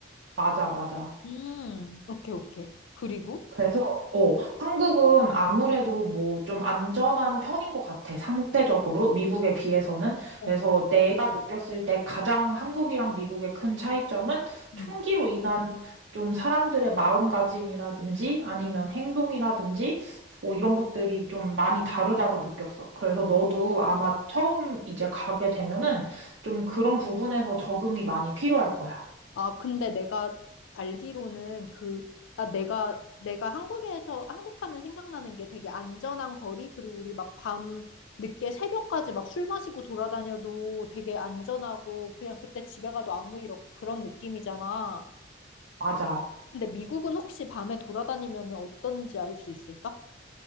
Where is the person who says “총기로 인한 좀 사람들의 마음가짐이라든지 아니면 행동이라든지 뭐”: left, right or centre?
Right